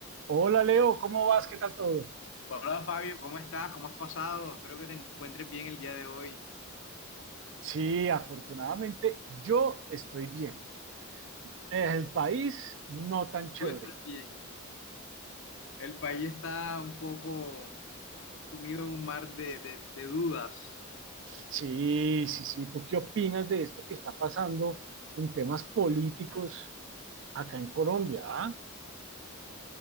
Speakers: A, on the right; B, on the left.
A: Hola Leo, ¿cómo vas? ¿Qué tal todo?
B: Hola Fabio, ¿cómo estás? ¿Cómo has pasado? Espero que te encuentres bien el día de hoy.
A: Sí, afortunadamente yo estoy bien. El país no tan
B: Tú,
A: chévere.
B: tú estás bien. El país está un poco sumido en un mar de, de- de dudas.
A: Sí, sí, sí. ¿Tú qué opinas de esto que está pasando en temas políticos acá en Colombia? ah?